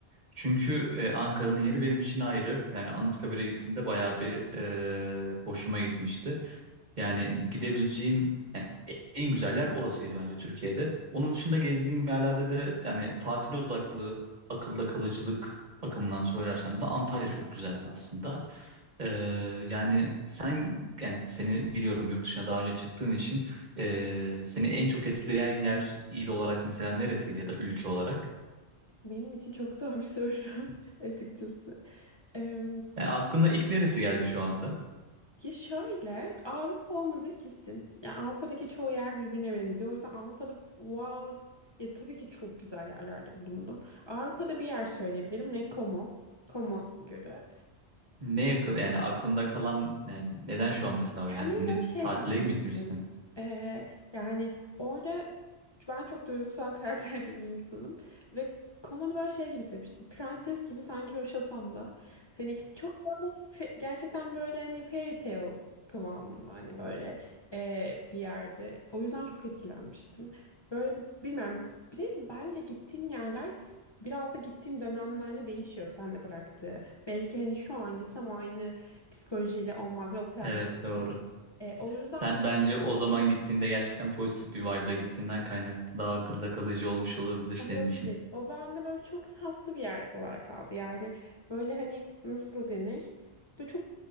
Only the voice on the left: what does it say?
Benim için çok zor bir soru <laughs> açıkçası. Ee,
Ya şöyle Avrupa olmadığı kesin. Yani Avrupa'daki çoğu yer birbirine benziyor. O yüzden Avrupa'da wow ya tabii ki çok güzel yerlerde bulundum. Avrupa'da bir yer söyleyebilirim. Ne Como. Como Gölü.
Kendimi
böyle şey
gibi hissettim.
Ee, yani orada ben çok duygusal <laughs> karakterde bir insanım. Ve komanı böyle şey gibi hissetmiştim. Prenses gibi sanki o şatomda. Hani çok böyle fe- gerçekten böyle hani fairy tale kıvamında hani böyle e, bir yerde. O yüzden çok etkilenmiştim. Böyle bilmiyorum. Bir de bence gittiğin yerler biraz da gittiğin dönemlerle değişiyor sen de bıraktığı. Belki hani şu an gitsem aynı psikolojiyle olmaz ve o kadar
e, o yüzden
gibi
olabilir.
O bende böyle çok tatlı bir yer olarak kaldı. Yani böyle hani nasıl denir? Böyle çok